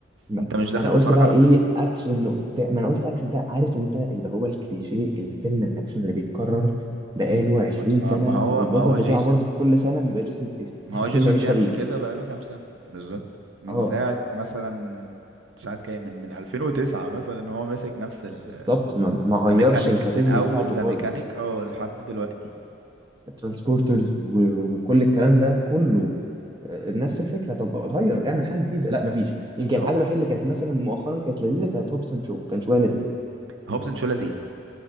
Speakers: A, on the right (about 25°); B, on the right (about 80°).
A: ما-
B: انت مش داخل
A: انا
B: تتفرج
A: قلت بقى
B: على
A: ايه
B: قصة
A: اكشن وبتاع ما انا قلت اكشن بتاع عارف انت اللي هو الكليشيه الفيلم الاكشن اللي بيتكرر بقاله 20
B: ما ما
A: سنه
B: ما هو
A: والبطل
B: ما هو
A: بتاعه
B: جيسون
A: برضه في كل سنه بيبقى جيسون ستيسن
B: ما
A: <laughs>
B: هو جيسون
A: مفيش
B: بيعمل
A: تغيير
B: كده بقاله كام سنة بالظبط من
A: اه
B: ساعة مثلا ساعة كام من من 2009 مثلا هو ماسك نفس ال
A: بالظبط ما ما غيرش
B: ذا ميكانيك
A: الكاتيجوري
B: من أول
A: بتاعته
B: ذا
A: خالص
B: ميكانيك اه لحد دلوقتي
A: ترانسبورترز وكل الكلام ده كله آه، نفس الفكره طب غير اعمل حاجه جديده لا مفيش يمكن
B: هو
A: الحاجه الوحيده اللي كانت مثلا مؤخرا كانت لذيذه كانت هوبس اند شو كان شويه لذيذ
B: هوبزن شو لذيذ